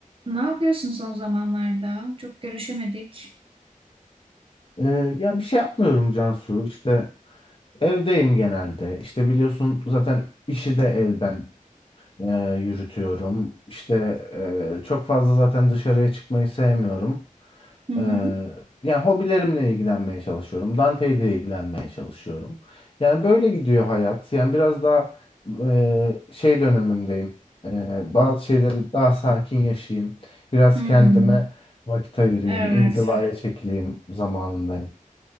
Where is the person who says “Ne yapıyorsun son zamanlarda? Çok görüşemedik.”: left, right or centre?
Right